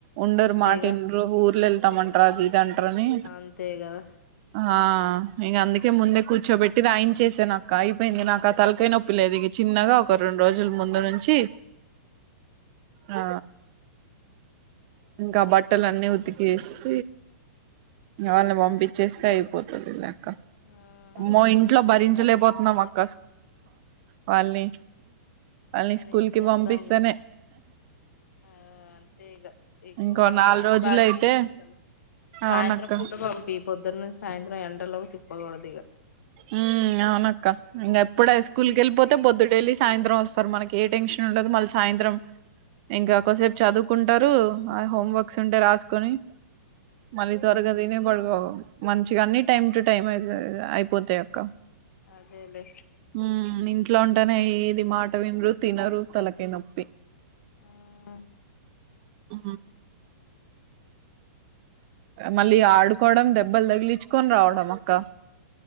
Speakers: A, on the right; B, on the left.
A: ఉండరు
B: అంతేగా
A: మాటిండరు ఊర్లు వెళ్తామంటారు అది ఇది అంటార అని
B: అంతే కదా
A: ఆ ఇంక అందుకే ముందే కూర్చోబెట్టి రాయించేసా నాకు ఇం అయిపోయింది నాకు ఆ తలకనొప్పి లేదు ఇక చిన్నగా ఒక రెండు రోజుల ముందు నుంచి ఆ ఇంకా బట్టలు అన్నీ ఉతికేస్త వాళ్లని పంపించేస్తే అయిపోతుది ఇంక
B: ఆ
A: ఆమ్మో ఇంట్లో భరించలేపోతు న్నా అక్క వాళ్ళని వాళ్ళని
B: మరి
A: స్కూల్
B: ఏం
A: కి
B: చేద్దాం
A: పంపిస్తేనే
B: మరి ఆ అంతే ఇక ఎక్కువ
A: ఇంకో నాలుగు
B: ఆటలు
A: రోజులు
B: ఆడిపి
A: అయితే
B: ఫిజికల్
A: అవునక్క
B: సాయంత్రం పూడు పంపి పొద్దున్న నుంచి సాయంత్రం ఎండలోకి తిప్పకూడదు ఇక
A: ఉ అవునక్క ఇంక ఎప్పుడు స్కూల్కి వెళ్ళిపోతే పొద్దుట వెళ్లిసి సాయంత్రం వస్తారు మనకి ఏ టెన్షన్ ఉండదు మళ్ళీ సాయంత్రం ఇంకాక్కసేపు చదువుకుంటారు ఆ హోం వర్క్స్ ఉంటే రాసుకొని మళ్ళీ త్వరగా తిని పడుకో మంచిగా అన్ని టైమ్ టు టైమ్ అయిపోతాయి అక్క
B: అదేలే
A: ఉమ్ ఇంట్లో ఉంటేనే ఇది మాట వినరు తినరు తలకే నొప్పి
B: ఆ
A: ఆ మళ్ళీ ఆడుకోవడం దెబ్బలు తగిలించుకొని రావడం అక్క